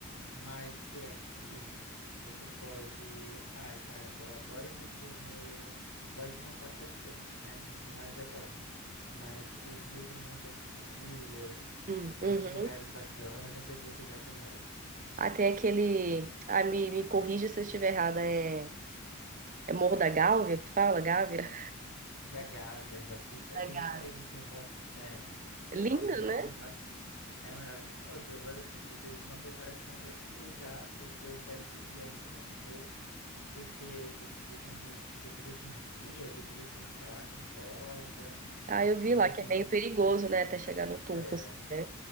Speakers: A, on the left (about 80°); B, on the right (about 35°).
A: Mas por aqui você pode. Ai, caramba, eu adoro o Rio de Janeiro. Claro que não tá tão quente, né? Não, não é verão. Mas o Rio tem muitas trilhas,
B: Hum,
A: muitos
B: Uhum.
A: lugares bacanas. Não sei se você já conhece.
B: Ah, tem aquele, ah, me, me corrija se eu estiver errada, é, é Morro da Gávea que fala, Gávea?
A: Da Gávea, exa- isso aí,
B: Da Gávea.
A: isso aí. Tem um morro é, que
B: Lindo,
A: é famosinho,
B: né?
A: mas é maravilhoso. Mas assim, precisa de uma preparação para subir, tá? Eu, eu quero subir ainda e não fui. porque precisa de um, precisa de um guia, precisa assim escalar com corda,
B: Ah, eu vi
A: mas
B: lá que
A: assim,
B: é meio
A: não,
B: perigoso, né? Até chegar no topo,
A: é,
B: assim, né?